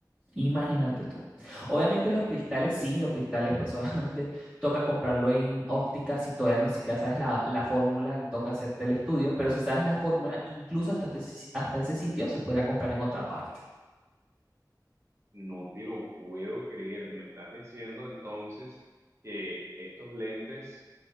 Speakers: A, on the right; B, on the right.
A: Imagínate tú. Obviamente los cristales, sí, los cristales, pues <laughs> obviamente toca comprarlo en óptica si todavía no siquiera sabes la, la fórmula y toca hacerte el estudio, pero si sabes la fórmula, incluso hasta, este si- hasta ese sitio se podría comprar en otra parte.
B: No te lo puedo creer. Me estás diciendo entonces que estos lentes